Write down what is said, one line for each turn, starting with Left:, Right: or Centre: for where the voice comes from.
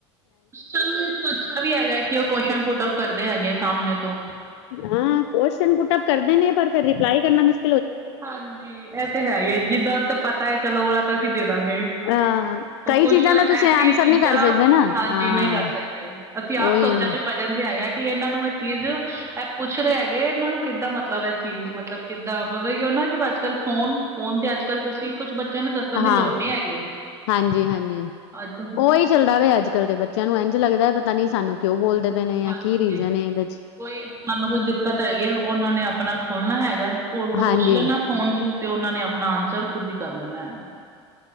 Right: ਚਲੋ ਏਸਤੂ ਅੱਛਾ ਵੀ ਹੈਗਾ, ਕਿ ਓ ਕੋਸ਼ਨ ਪੁਟ ਅਪ ਕਰਦੇ ਹੈਗੇ ਸਾਮਨੇ ਤੋਂ
Left: ਹਾਂ, ਕੋਸ਼ਨ ਪੁੁਟ ਅਪ ਕਰਦੇ ਨੇ ਪਰ ਫੇਰ ਰਿਪਲਾਈ ਕਰਨਾ ਮੁਸ਼
Right: ਹਾਂਜੀ, ਐ ਤੇ ਹੈਈ ਏ, ਜਿੱਦਾ ਤੇ ਪਤਾ ਏ ਚਲੋ ਓਦਾ ਤਾ ਅਸੀ ਦੇ ਦਾਂਗੇ।
Left: ਅਹ ਕਈ
Right: ਓ ਕੁਛ
Left: ਚੀਜ਼ਾਂ ਦਾ
Right: ਐਸੀ
Left: ਤੁਸੀਂ ਆਂਸਰ
Right: ਚੀਜ਼ਾਂ
Left: ਨਹੀਂ ਕਰ ਸਕਦੇ ਨਾ
Right: ਹਾਂਜੀ,
Left: ਹਾਂ
Right: ਨਈ ਕਾਰ ਸਕਦੇ। ਅਸੀ ਆਪ
Left: ਉਹੀ
Right: ਸੋਚਾਂ
Left: ਨਾ
Right: ਚ ਪਜਨ ਤੇ ਹੈਗਾ, ਕਿ ਏਨਾਂ ਨੂੰ ਐ ਚੀਜ਼ ਐ ਪੁੱਛ ਰੇ ਹੈਗੇ ਏਨਾਂ ਨੂੰ ਕਿੱਦਾਂ ਮਤਲਬ ਐਸ ਚੀਜ਼ ਮਤਲਬ ਕਿ <unintelligible> ਓਨਾ ਕਿ ਆੱਜ-ਕਾੱਲ ਫੋਨ ਫੋਨ ਤੇ ਆੱਜ-ਕਾੱਲ ਤੁਸੀ ਕੁਛ ਬੱਚੇਆਂ ਨੂੰ ਦੱਸਨ ਦੀ
Left: ਹਾਂ
Right: ਲੋੜ ਨੀ ਹੈਗੀ।
Left: ਹਾਂਜੀ ਹਾਂਜੀ,
Right: ਅੱਜ ਕੱਲ ਤੁਸੀਂ
Left: ਓਈ
Right: ਕੁਛ
Left: ਚੱਲਦਾ
Right: ਵੀ
Left: ਪੇਆ ਅੱਜ-ਕੱਲ। ਬੱਚੇਆਂ ਨੂੰ ਐਂਜ ਲੱਗਦਾ, ਪਤਾ ਨੀ ਸਾਨੂੰ ਕਯੋਂ ਬੋਲਦੇ ਪੇਨੇ ਯਾ
Right: ਹਾਂਜੀ
Left: ਕੀ ਰੀਜ਼ਨ ਏਦੇ ਚ
Right: ਕੋਈ ਸਾਨੂੰ ਕੋਈ ਦਿੱਕਤ ਹੈਗੀ ਆ, ਓਨਾਂ ਨੇ ਆਪਨਾ ਖੋਲਨਾ ਹੈਗਾ ਓਦੇ ਕੋਲ
Left: ਹਾਂਜੀ
Right: ਪੁੱਛ ਲੈਨਾ ਫੋਨ ਚੂ, ਤੇ ਓਨਾਂ ਨੇ ਆਪਨਾ ਆਨਸਰ ਖੁਦ ਈ ਕਾਰ ਲੈਨਾ ਹੈਗਾ।